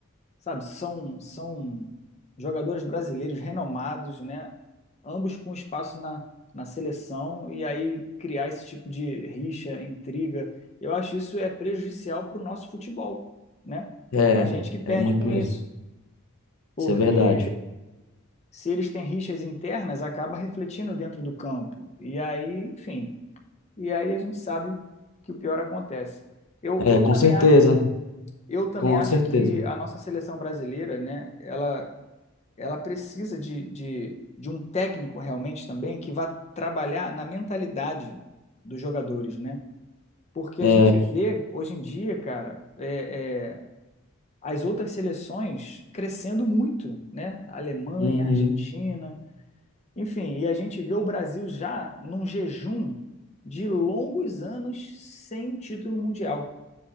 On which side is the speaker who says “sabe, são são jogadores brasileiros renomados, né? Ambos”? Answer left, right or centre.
Left